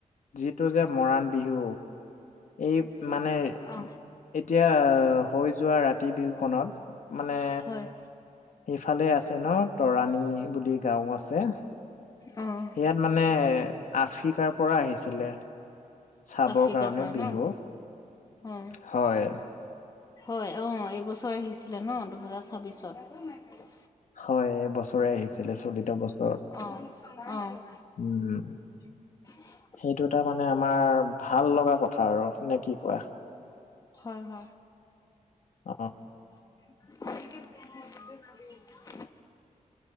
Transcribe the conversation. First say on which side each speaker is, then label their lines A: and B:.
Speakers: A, on the left; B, on the left.
A: যিটো যে মৰাণ বিহু। এই মানে
B: অ,
A: এতিয়া হৈ যোৱা ৰাতি বিহু খনত মানে
B: হয়'।
A: সেইফালে আছে ন' তৰাণী বুলি গাঁও আছে।
B: অ'।
A: ইয়াত মানে আফ্ৰিকাৰ পৰা আহিছিলে। চাবৰ
B: আফ্ৰিকাৰ
A: কাৰণে
B: পৰা
A: বিহু
B: ন', অ'।
A: হয়'।
B: হয় অ', এইবছৰ আহিছিলে ন' দুহেজাৰ ছাব্বিছত।
A: হয়' এই বছৰে আহিছিলে চলিত বছৰ,
B: অ অ।
A: উম'।
B: <unintelligible>
A: সেইটো এটা মানে আমাৰ ভাল লগা কথা আৰু নে কি কোৱা?
B: হয় হয়।
A: অ।
B: <unintelligible>